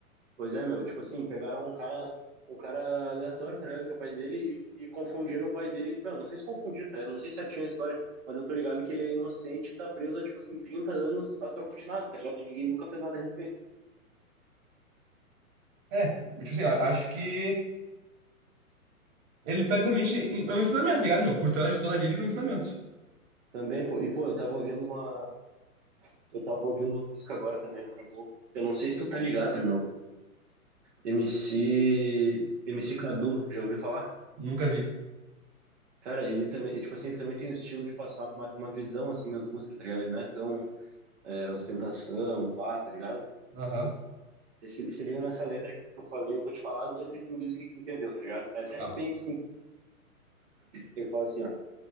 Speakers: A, on the right; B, on the right.
A: Pois é, meu, tipo assim, pegaram um cara, um cara aleatório, tá ligado? Que é o pai dele, e, e confundiram o pai dele. Meu, não sei se confundiram, tá ligado? Não sei certinho a história, mas eu tô ligado que ele é inocente e tá preso há, tipo assim, 30 anos a troco de nada, tá ligado? E ninguém nunca fez nada a respeito.
B: É, tipo assim, a- acho que ele tá literalmente, em- é um ensinamento, tá ligado, meu? Por trás de toda a lírica é um ensinamento.
A: Também, pô, e pô, eu tava ouvindo uma. Eu tava ouvindo uma música agora também, agora há pouco. Eu não sei se tu tá ligado, meu. M C M C Cadu, já ouviu falar?
B: Nunca vi.
A: Cara, ele também, tipo assim, ele também tem um estilo de passar uma, uma visão, assim, nas músicas, tá ligado? Ele não é tão é, ostentação, pá, tá ligado?
B: Aham.
A: Se se liga nessa letra aqui que eu falei, eu vou te falar a letra e tu me diz o que que tu entendeu, tá ligado? É até
B: Tá.
A: que bem simples. Ele fala assim, ó.